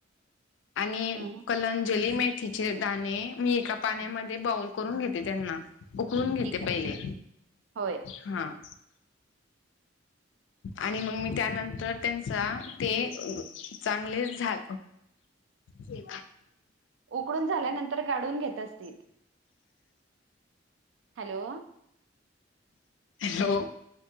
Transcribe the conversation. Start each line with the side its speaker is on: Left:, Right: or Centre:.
Left: आणि
Right: हम्म
Left: कलज जली मेथीचे दाणे मी एका पाण्यामध्ये
Right: हम्म.
Left: बाउल करून घेते त्यांना उकळून घेते
Right: ठीक आहे
Left: पहिले
Right: होय.
Left: हां. आणि मग मी त्यानंतर त्यांचा ते चांगले झा ते
Right: उकडून झाल्यानंतर गाडून घेत असतील हॅलो
Left: हॅलो